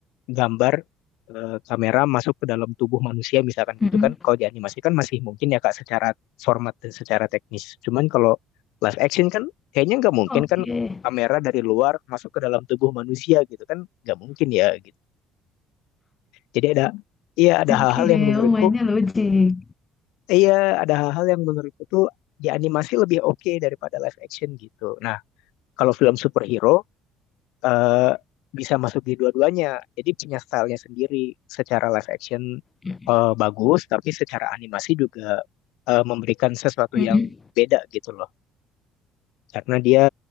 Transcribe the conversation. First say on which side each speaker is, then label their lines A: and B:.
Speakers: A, on the left; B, on the left.
A: gambar eh, kamera masuk ke dalam tubuh manusia misalkan
B: mhm,
A: gitu kan kalau di animasi kan masih mungkin ya kak secara format dan secara teknis cuman kalau live action kan kayaknya nggak mungkin
B: oke
A: kan kamera dari luar masuk ke dalam tubuh manusia gitu kan nggak mungkin ya gitu jadi ada Iya ada
B: oke,
A: hal-hal yang menurutku
B: oh mainnya logik,
A: Iya, ada hal-hal yang menurutku tuh di animasi lebih oke daripada live action gitu. Nah, kalau film superhero eh, bisa masuk di dua-duanya. Jadi punya stylenya sendiri. Secara live action
B: mhm
A: eh, bagus, tapi secara animasi juga eh, memberikan sesuatu
B: mhm.
A: yang beda gitu loh. Karena dia